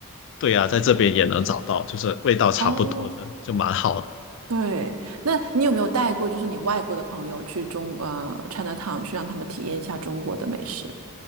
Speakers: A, on the left; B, on the right.
A: 对呀，在这边也能找到，就是味道差不多的，
B: 哦，
A: 就蛮好的。
B: 对，那你有没有带过就是你外国的朋友去中呃 Chinatown 去让他们体验一下中国的美食？